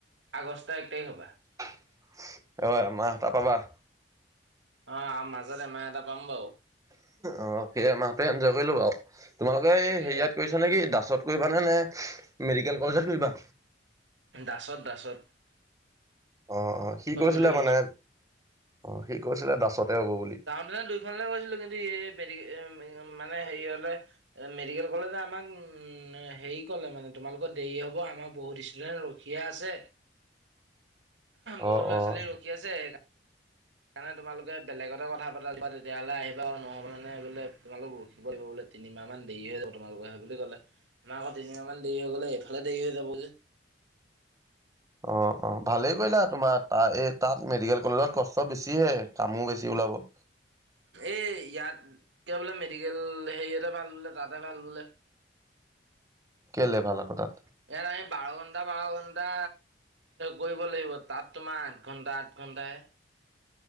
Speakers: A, on the right (about 75°); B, on the right (about 20°).
A: আগষ্টৰ এক তাৰিখ পৰা।
B: আৰু এমাহ তাৰপা বা।
A: অ' আ, মাজত এমাহ এটা পাম বাৰু।
B: অ' সেই এমাহটো এনজয় কৰি ল'বা আৰু। তোমালোকে এই
A: তাকে
B: হেৰিয়াত কৰি মানে কি দাচত কৰিবা নে নে মেডিকেল কলেজত কৰিবা?
A: দাচত দাচত।
B: অ', অ' সি কৈছিলে
A: বুলি ভাবিছো
B: মানে, অ' সি কৈছিলে দাচতে হ'ব বুলি।
A: মানে দুইখনলৈ গৈছিলোঁ কিন্তু <unintelligible> মানে হেৰিয়লে এ, মেডিকেল কলেজে আমাক উ, হেৰি ক'লে মানে তোমালোকৰ দেৰি হ'ব আমাৰ বহুত ইছ ষ্টুডেন্ট ৰখিয়ে আছে। বহুত
B: অ',
A: ল'ৰা
B: অ'।
A: ছোৱালী ৰখি আছে সেই সেইকাৰণে তোমালোকে বেলেগতে কথা পাতা বা তেতিয়াহ'লে আহিবা আৰু নহ'ব লাগিলে তোমালোক ৰখিব লাগিব বোলে। তিনিমাহ মান দেৰি হৈ যাব তোমালোকৰ সেই বুলি ক'লে। আমাৰ আকৌ তিনিমাহ মান দেৰি হৈ গ'লে এইফালে দেৰি হৈ যাব যে।
B: অ', অ'। ভালেই কৰিলা, তোমাৰ তা এই তাত মেডিকেল কলেজত কষ্ট বেছিহে, কামো বেছি ওলাব।
A: এই ইয়াতকে বোলে মেডিকেল হেৰিয়তে ভাল বোলে, তাতহে ভাল বোলে।
B: কেইলে ভাল আকৌ তাত?
A: ইয়াত আমি বাৰঘণ্টা বাৰঘণ্টা কৰিব লাগিব, তাত তোমাৰ আঠ ঘণ্টা আঠ ঘণ্টাহে।